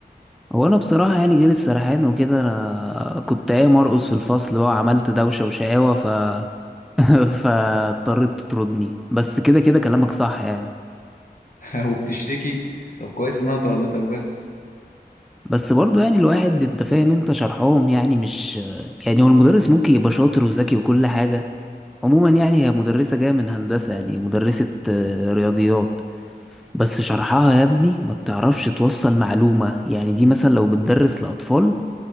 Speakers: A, in the centre; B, on the left.
A: هو انا بصراحة يعني غير السرحان وكده انا كنت قايم ارقص في الفصل بقى وعملت دوشة وشقاوة <laughs> فاضطرت تطردني بس كده كده كلامك صح يعني
B: <laughs> وبتشتكي طب كويس انها طردتك بس
A: بس برضو يعني الواحد انت فاهم انت شرحهم يعني مش يعني هو المدرس ممكن يبقى شاطر وذكي وكل حاجة عموما يعني هي مدرسة جاية من هندسة يعني مدرسة آه، رياضيات بس شرحها يا ابني ما بتعرفش توصل معلومة يعني دي مثلا لو بتدرس لأطفال